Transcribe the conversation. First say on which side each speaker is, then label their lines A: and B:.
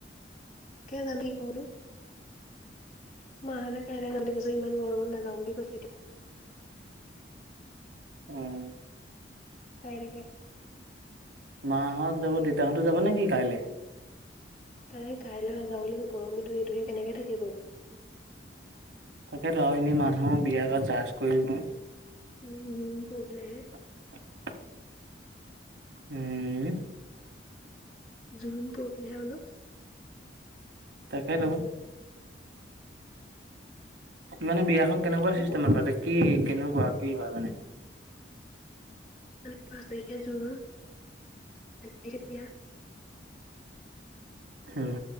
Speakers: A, on the left (about 45°); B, on the right (about 80°).
A: <unintelligible> মা সলে কাইলৈ জাম‌ বুলি কৈছো, ইমান গৰমত নাজাও বুলি কৈছে এতিয়া
B: উম।
A: কাইলেগে
B: মাহত যাব দেউতাহঁতো যাব নেকি কাইলে?
A: কাই-কাইলৈ নাযাওঁ বুলি ক'লে, গৰমো এইটোহে কেনেকে থাকিব।
B: তাকেতো আৰু এনেও মানুহৰ বিয়া ঘৰত জাছ কৰিব।
A: উম, উম, <unintelligible>
B: <unintelligible> উম।
A: জোৰোণ পৰখিলেহে হ'ল।
B: তাকেতো মানে বিয়াখন কেনেকুৱা চিষ্টেমত
A: বোলো
B: পাতে, কি কেনেকুৱা? কি হয় মানে?
A: মানে পাঁচ তাৰিখে জোৰন, ছয় তাৰিখে বিয়া।
B: হম।